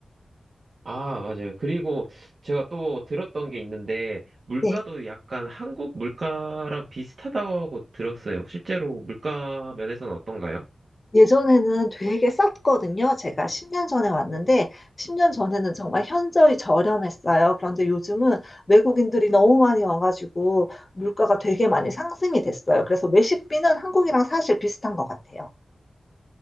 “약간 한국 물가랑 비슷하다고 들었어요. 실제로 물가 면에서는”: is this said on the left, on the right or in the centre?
Right